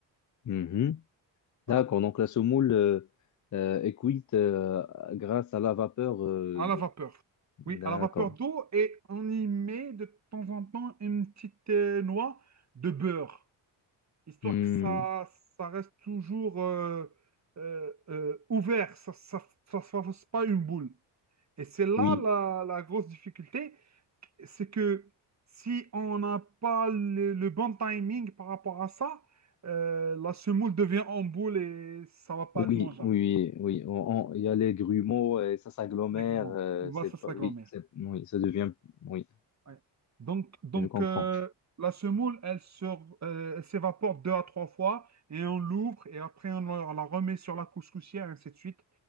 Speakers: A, on the left; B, on the right.
A: Mhm.
B: Voilà.
A: D'accord. Donc, la semoule euh, euh, est cuite euh, grâce à la vapeur euh,
B: À
A: d'eau.
B: la vapeur.
A: D'accord.
B: Oui, à la vapeur d'eau et on y met de temps en temps une petite euh, noix de beurre, histoire
A: Hmm.
B: que ça, ça reste toujours euh, euh, euh, ouvert, ça ne fasse pas une boule. Et c'est là
A: Oui,
B: la, la grosse difficulté, c'est que si on n'a pas le, le bon timing par rapport à ça, euh, la semoule devient en boule et ça va pas
A: oui,
B: être mangeable.
A: oui, oui. On- on- Il y a les grumeaux et ça s'agglomère.
B: légalement.
A: euh,
B: Voilà,
A: c'est
B: ça, c'est
A: pas,
B: la
A: oui,
B: grand-mère.
A: c'est, oui, ça devient. Oui,
B: Ouais. Donc, donc
A: je comprends.
B: euh, la semoule, elle se- euh, elle s'évapore deux à trois fois et on l'ouvre et après on la la remet sur la couscoussière, ainsi de suite,